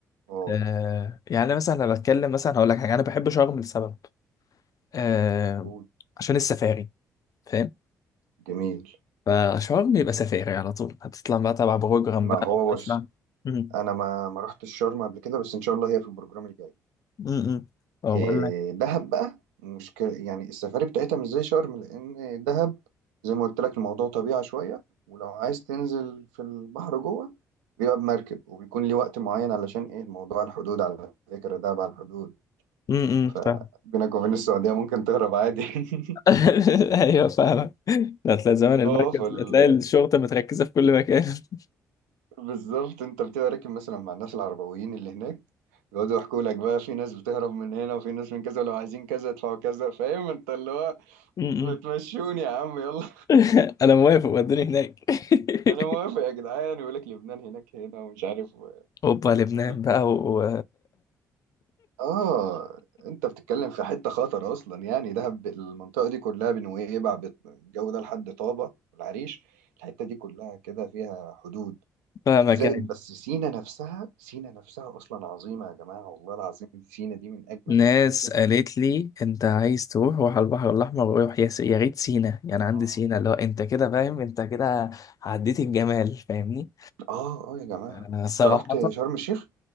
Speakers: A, on the right; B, on the left.
A: اه
B: آه يعني مثلا انا بتكلم مثلا هقول لك حاجه انا بحب شرم لسبب آه
A: قول.
B: عشان السفاري فاهم
A: جميل
B: فشرم يبقى سفاري على طول هتطلع بقى تبع بروجرام
A: ما
B: بقى
A: هو
B: تطلع
A: بص
B: امم
A: انا ما ما رحتش شرم قبل كده بس ان شاء الله هي في البروجرام الجاي
B: امم اقول
A: إيه،
B: لك
A: دهب بقى مش ك... يعني السفاري بتاعتها مش زي شرم لأن دهب زي ما قلت لك الموضوع طبيعة شوية ولو عايز تنزل في البحر جوه بيبقى بمركب وبيكون ليه وقت معين علشان إيه الموضوع الحدود على فكرة دهب على الحدود
B: امم
A: فبينك
B: فاهم
A: وبين السعودية ممكن تهرب عادي <laughs>
B: <laughs> ايوه فاهم هتلاقي زمان المركز
A: اه فال...
B: هتلاقي الشرطه متركزه في كل مكان <laughs>
A: بالظبط انت بتبقى راكب مثلا مع الناس العربويين اللي هناك بيقعدوا يحكوا لك بقى في ناس بتهرب من هنا وفي ناس من كذا ولو عايزين كذا يدفعوا كذا فاهم انت اللي هو
B: م-م.
A: ما تمشوني يا عم يلا
B: <laughs> انا موافق ودوني هناك <laughs>
A: انا موافق يا جدعان يقول لك لبنان هناك هنا ومش عارف و...
B: اوبا لبنان
A: وفي...
B: بقى و...
A: اه انت بتتكلم في حته خطر اصلا يعني دهب المنطقه دي كلها بنويبع بت- الجو ده لحد طابه والعريش الحته دي كلها كده فيها حدود
B: فاهمك
A: زائد
B: يعني
A: بس سينا نفسها سينا نفسها اصلا عظيمه يا جماعه والله العظيم سينا دي من اجمل
B: ناس
A: الاماكن
B: قالت
A: و...
B: لي انت عايز تروح روح على البحر الاحمر وروح يا س- يا ريت سينا يعني عندي
A: اه
B: سينا اللي هو انت كده فاهم انت كده عديت الجمال فاهمني
A: اه آه يا جماعه
B: أنا صراحة
A: انت رحت شرم الشيخ